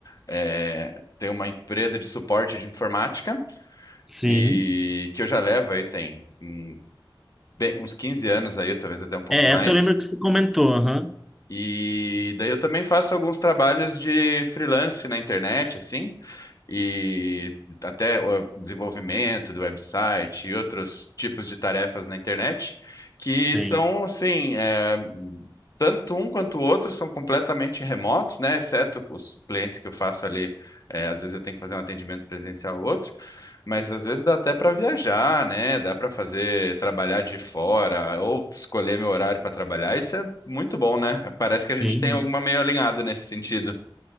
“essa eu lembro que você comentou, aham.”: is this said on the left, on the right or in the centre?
Centre